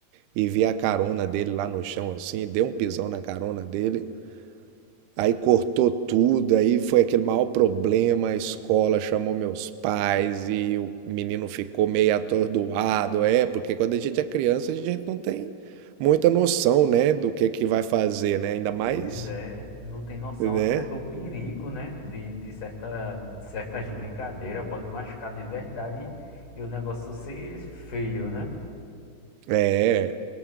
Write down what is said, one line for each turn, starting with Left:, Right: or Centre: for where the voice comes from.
Right: e vi a carona dele lá no chão assim, dei um pisão na carona dele. Aí cortou tudo, aí foi aquele maior problema, a escola chamou meus pais e o menino ficou meio atordoado, é, porque quando a gente é criança, a gente não tem muita noção, né, do que que vai fazer, né? Ainda mais,
Left: Pois é, não tem noção
Right: né?
Left: até do perigo, né? De, de certa, certas brincadeiras, pode machucar de verdade e o negócio ser feio, né?
Right: É,